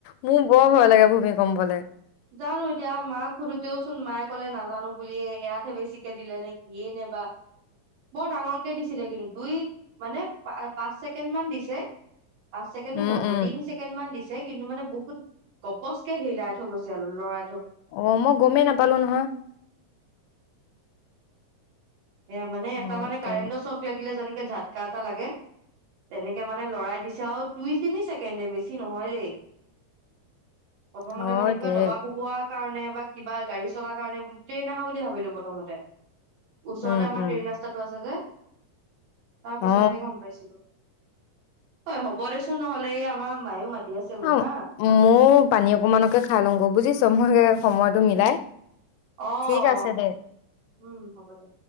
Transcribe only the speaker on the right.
জানো এতিয়া মাক সোধোতেওচোন মায়ে কলে নাজানো বুলি। এয়াতহে বেছিকে দিলে নে কিয়েই নে বা। বৰ ডাঙৰকে দিছিলে কিন্তু। দুই মানে প পাঁচ ছেকেণ্ড মান দিছে। পাঁচ ছেকেণ্ডও
নহ'ব।
তিনি ছেকেণ্ড মান দিছে। কিন্তু মানে বহু গপচ কে হেৰিলাই থৈ গৈছে। চাল লৰা
এয়া মানে এটা
মানে
কাৰেণ্টৰ চক লাগিলে যেনেকে ঝাতকা এটা লাগে। তেনেকে মানে লৰাই দিছে আৰু দুই তিনি ছেকেণ্ডে, বেছি নহয় দেই। প্ৰথমতে
মানে কিবা
দবা কোবোৱা কাৰণে বা কিবা গাড়ী চলাৰ কাৰণে বুলি, ট্ৰেইন আহা বুলি ভাবিলো প্ৰথমতে। ওচৰতে
আমাৰ
ট্ৰেইন ৰাস্তাটো আছে যে। তাৰ
পিছতহে গম পাইছিলো। হয় হ'ব দেচোন নহলে, এই আমাৰ মায়েও মাতি আছে মোক
হা।
অ'।
অ',
উম, হ'ব দে।